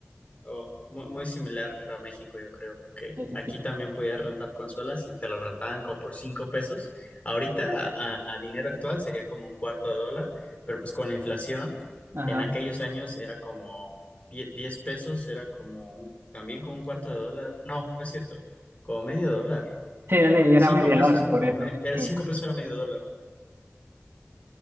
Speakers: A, on the left; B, on the right.
A: Oh, mu- muy, similar a México, yo creo que
B: Sí, sí,
A: aquí
B: sí.
A: también podías rentar consolas y te las rentaban como por cinco pesos. Ahorita, a, a- a dinero actual, sería como un cuarto de dólar, pero pues con la inflación,
B: Ajá.
A: en aquellos años era como die- 10 pesos, era como un- también como un cuarto de dólar. No, no es cierto, como medio dólar.
B: Sí, dale,
A: Por-
B: y era
A: Cinco
B: media
A: pesos
B: hora
A: era
B: por
A: como,
B: eso.
A: me- era,
B: Sí.
A: cinco pesos era medio dólar.